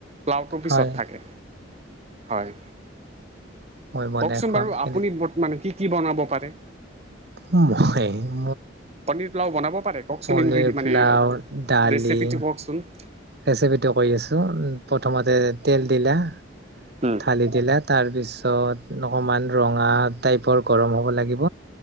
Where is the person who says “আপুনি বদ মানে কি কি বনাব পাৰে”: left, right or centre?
Right